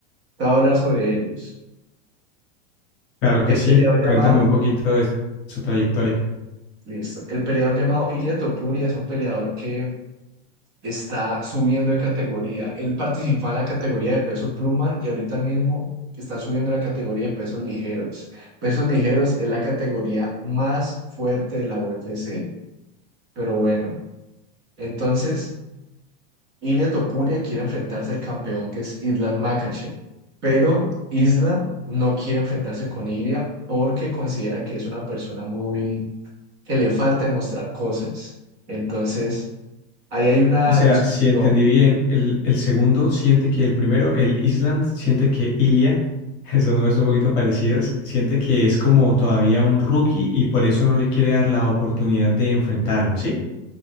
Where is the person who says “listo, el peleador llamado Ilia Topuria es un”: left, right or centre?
Right